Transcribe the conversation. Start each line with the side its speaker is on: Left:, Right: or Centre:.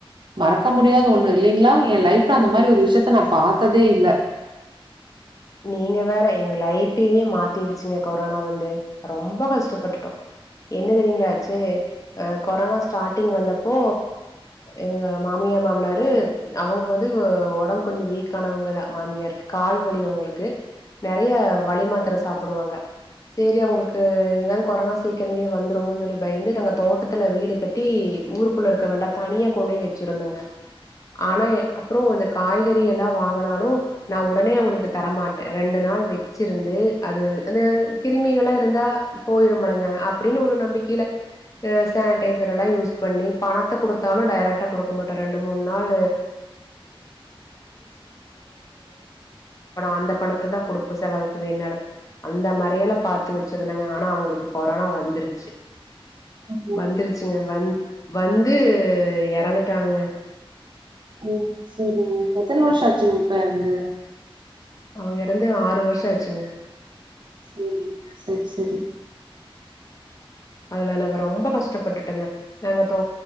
Right: மறக்க முடியது ஒண்ணு இல்லங்களா என் லைஃப்ல அந்த மாரி ஒரு விஷயத்தை <unintelligible>
Left: நீங்க வேற எங்க லைஃப்பயே மாத்திடுச்சுங்க கொரோனா வந்து ரொம்ப கஷ்டப்பட்டுட்டோம் என்ன தெரியுங்களாச்சு அ கொரோனா ஸ்டார்ட்டிங் வந்தப்போ எங்க மாமியார் மாமனாரு அவங்க வந்து உடம்ப கொஞ்சம் வீக் ஆனவங்கதான் மாமியாருக்கு கால் வலி அவங்களுக்கு நெறைய வலி மாத்திர சாப்பிடுவாங்க செரி அவங்களுக்கு எங்காவது கொரோனா சீக்கிரம் வந்தும சொல்லி பயந்து நாங்க தோட்டத்துல வீடு கட்டி ஊருக்குள்ள இருக்க வேண்டாம் தனியா கொண்டுய் வச்சிருந்தங்க ஆனா அப்பறம் இந்த காய்கறி எல்லாம் வாங்கினாலும் நான் உடனே அவங்களுக்கு தர மாட்டேன் ரெண்டு நாள் வச்சிருந்து அது கிருமிகல்லாம் இருந்தா போயிருமல்லிங்க அப்டின்னு ஒரு நம்பிக்கையில சானடைசர் எல்லாம் யூஸ் பண்ணி பணத்தை கொடுத்தாலும் டைரகா கொடுக்க மாட்டோம் ரெண்டு மூணு நாள் அந்த பணத்தை தான் கொடுப்ப செலவுக்கு வேனும்னாலும் அந்த மாதிரிய எல்லாம் பாார்த்து வச்சிருந்தாங்க ஆனா அவங்களுக்கு கொரோனா வந்துருச்சு
Right: ம்,
Left: வந்துருச்சுங்க வந்த் வந்து இறந்துட்டாங்க
Right: ம் செரிங்க எத்தனை வருஷம் ஆச்சு அப்பா இருந்து
Left: அவங்க இறந்து ஆறு வருஷம் ஆச்சுங்க
Right: ம் செரி செரி செரி
Left: அதுல நாங்க ரொம்ப கஷ்டப்பட்டுட்டோங்க நாங்க தோ